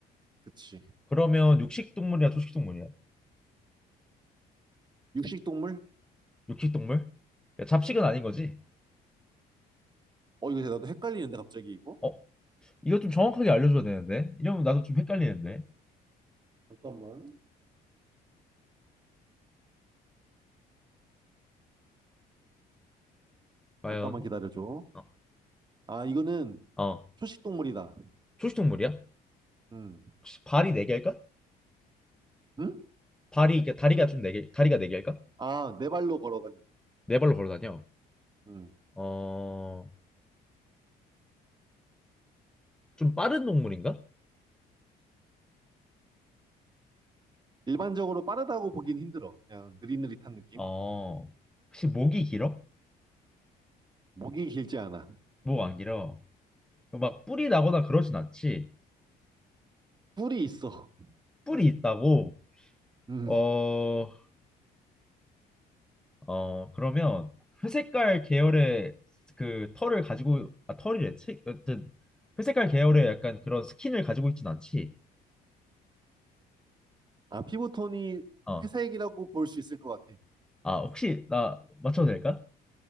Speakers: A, on the right (about 25°); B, in the centre.
A: 그치.
B: 그러면 육식 동물이야, 초식 동물이야?
A: 육식 동물?
B: 육식 동물? 그러니까 잡식은 아닌 거지?
A: 어, 이거 나도 헷갈리는데, 갑자기 이거?
B: 어, 이거 좀 정확하게 알려줘야 되는데. 이러면 나도 좀 헷갈리는데.
A: 잠깐만.
B: 과연?
A: 잠깐만 기다려줘.
B: 어,
A: 아, 이거는
B: 어.
A: 초식 동물이다.
B: 초식 동물이야?
A: 음.
B: 혹시 발이 네 개일까?
A: 응?
B: 발이 그러니까 다리가 좀 네 개, 다리가 네 개일까?
A: 아, 네 발로 걸어다녀.
B: 네 발로 걸어 다녀.
A: 음.
B: 어, 좀 빠른 동물인가?
A: 일반적으로 빠르다고 보긴 힘들어. 그냥 느릿느릿한 느낌?
B: 어, 혹시 목이 길어?
A: 목이 길지 않아.
B: 목 안 길어. 막 뿔이 나거나 그러진 않지.
A: 뿔이 있어.
B: 뿔이 있다고.
A: 음.
B: 어, 어 그러면 회색깔 계열의 그 털을 가지고 아 털이래. 체- 어쨌든 회색깔 계열의 약간 그런 스킨을 가지고 있진 않지.
A: 아, 피부톤이
B: 어,
A: 회색이라고 볼 수 있을 것 같아.
B: 아 혹시 나 맞춰도 될까?